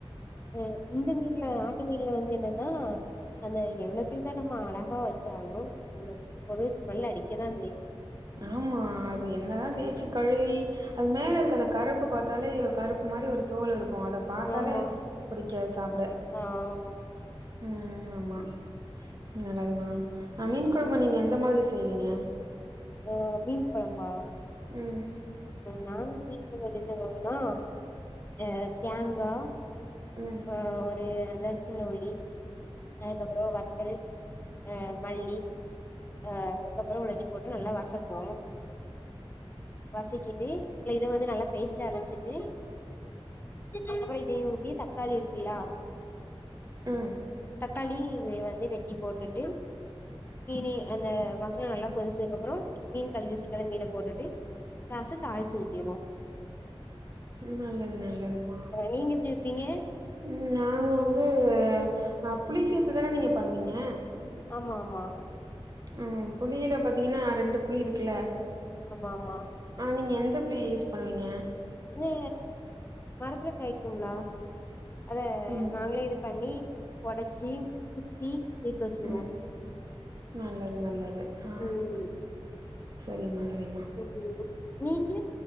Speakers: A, on the left; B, on the right.
A: அ இந்த மீன்ல ஆட்டு மீன்ல வந்து என்னன்னா நம்ம எவ்வளவுத்துக்கு தா நம்ம அழகா வச்சாலு அந்த பொருள் ஸ்மெல் அடிக்கதா செய்யு
B: ஆமா அது என்னதா தேய்ச்சு கழுவி அது மேல இருக்கு அந்த கருப்பு பாத்தாலே கருப்பு மாரி ஒரு தோல் இருக்கு அத பாத்தாலே
A: ஆமா
B: புடிக்காது சாப்ட
A: ஆமா
B: ம் ஆமா நல்லது மா அ மீன் கொழம்ப நீங்க எந்த மாரி செய்வீங்க
A: ஆ மீன் கொழம்பா
B: ம்
A: நாங்க மீன் கொழம்பு எப்டி செய்வோனா அ தேங்கா
B: ம்.
A: ஆ ஒரு அஞ்சாறு சின்ன ஒலி அதுக்கப்பறோ வத்தல் அ மல்லி அ அதுக்கப்பறோ உள்ளது போட்டு நல்லா வசக்கு வசிக்கிட்டு இ இத வந்து நல்லா பேஸ்டா அரைச்சிட்டு அப்பற இதையு ஊத்தி தக்காளி இருக்குளா
B: ம்
A: தக்காளி வந்து வெட்டி போட்டுட்டு மீனி அந்த மசாலா நல்லா கொதிச்சதுக்கப்பறோ மீன் கழுவிச்சக்க மீன போட்டுட்டு ரச தாழ்ச்சி ஊத்திருவோ
B: ம் நல்லது நல்லதுமா
A: நீங்க எப்டி வெப்பீங்க
B: ம் நாங்க வந்து அ புலி சேத்துதானே நீங்க பண்ணுவீங்க
A: ஆமா ஆமா
B: உம் புளியில பாத்தீங்கன்னா ரெண்டு புளி இருக்குல்ல
A: ஆமா ஆமா
B: ஆ நீங்க எந்த புளி யூஸ் பண்ணுவீங்க
A: இ மரத்துல காய்க்கும்லா அத
B: ம்.
A: நாங்களே எ பண்ணி ஒடச்சி குத்தி வீட்ல வச்சு விடுவோ
B: ம். நல்லது நல்லது ஆ
A: ம்
B: சரிம்மா சரிம்மா
A: ம் நீங்க